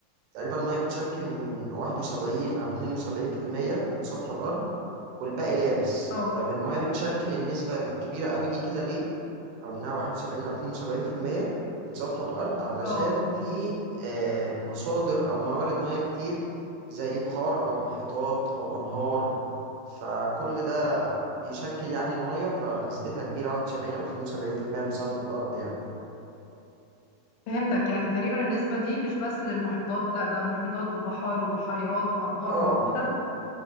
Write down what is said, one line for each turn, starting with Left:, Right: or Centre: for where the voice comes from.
Right: تقريبا المية بتشكل من 71 أو 72% من سطح الأرض والباقي يابس
Left: اه
Right: طيب المية بتشكل النسبة الكبيرة قوي دي كده ليه؟ او انها 71 او 72% من سطح الارض علشان
Left: اه
Right: في آه، مصادر او موارد مياه كتير زي بحار او محيطات او انهار فكل ده بيشكل يعني المية فنسبتها كبيرة 71 أو 72% من سطح الأرض يعني
Left: فهمتك يعني تقريبا النسبة دي مش بس للمحيطات لا ده محيطات وبحار وبحيرات وأنهار
Right: اه
Left: موجودة